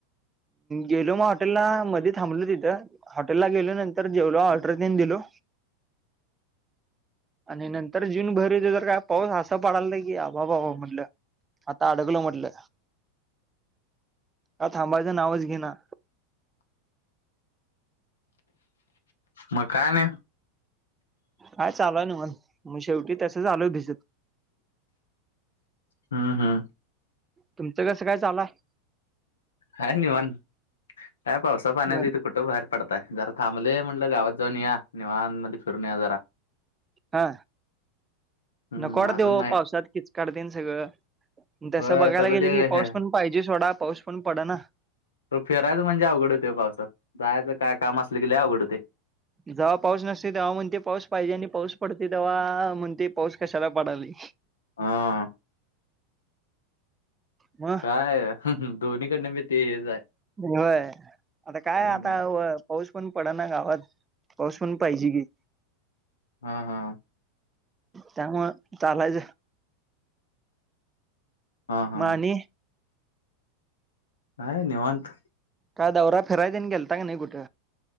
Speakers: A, on the right; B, on the left.
A: गेलो मग हॉटेलला, मधी थांबलो तिथं, हॉटेलला गेलो नंतर जेवलो ऑर्डर तेन दिलो.
B: <inaudible>
A: आणि नंतर जून बहिर येतोय, तर काय पाऊस असा पडालता की, अवाबाबा म्हटलं आता अडकलो म्हटल, काय थांबायचं नावच घेना.
B: मग काय नाही
A: हाय चालूय निवांत, मग शेवटी तसच आलो भिजत.
B: हा हा.
A: तुमचं कसं काय चालू हाय?
B: हाय निवांत, काय पावसा
A: आहे
B: पाण्याचं हित कुठं बाहेर पडताय, जरा थांबलोय, म्हटलं जरा गावात जाऊन येऊया, निवाांमध्ये फिरून येऊया जरा.
A: हा.
B: हम्म
A: नको वाटतय
B: अजून
A: ओ
B: नाही
A: पावसात, किचकाढ तेन सगळं. तसं
B: होय
A: बघायला
B: सगळं
A: गेलं
B: ते
A: की, पाऊस
B: हे,
A: पण पाहिजे सोडा, पाऊस पण पड ना.
B: तर फीरायचं म्हणजे अवघड होतय ओ पावसात, जायचं काय काम असलं की लय अवघड होतय.
A: जव्हा पाऊस नसतोय तव्हा म्हणतय पाऊस पाहिजे, आणि पाऊस पडतय तव्हा म्हणतय. पाऊस कशाला पडालय.
B: हा.
A: मग
B: काय दोन्हीकडन बी ते हेच आहे.
A: होय, आता काय
B: हम्म
A: आता पाऊस पण पडा ना गावात, पाऊस पण पाहिजे की.
B: हा हा.
A: त्यामुळ चालायचं.
B: हा हा
A: म आणि
B: हाय निवांत.
A: काय दौरा, फिराय तेन गेलता का नाही कुठ?